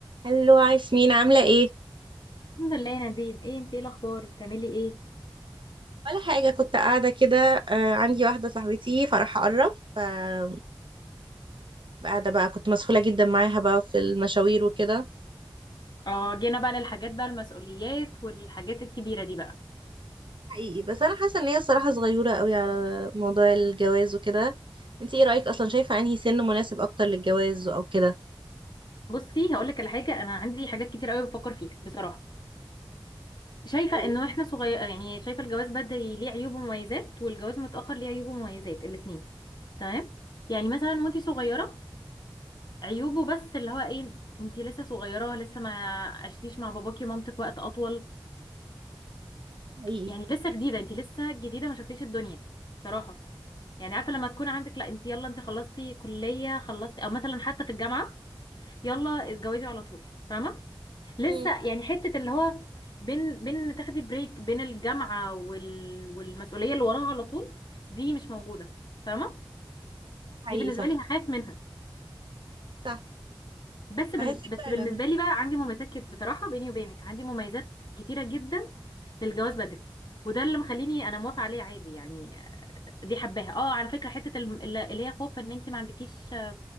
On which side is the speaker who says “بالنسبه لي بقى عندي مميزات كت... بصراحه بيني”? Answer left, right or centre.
Left